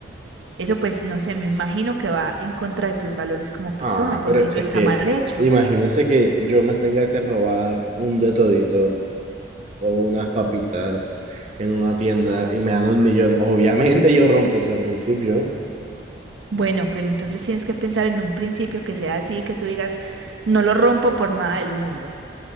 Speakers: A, on the right (about 85°); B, on the right (about 35°).
A: Eso pues, no sé, me imagino que va en contra de tus valores como persona,
B: Ah,
A: porque
B: pero
A: eso
B: es
A: está
B: que
A: mal hecho.
B: imagínese que yo me tenga que robar un de todito o unas papitas en una tienda
A: No.
B: y me dan un millón, obviamente yo rompo ese principio.
A: Bueno, pero entonces tienes que pensar en un principio que sea así, que tú digas, no lo rompo por nada del mundo.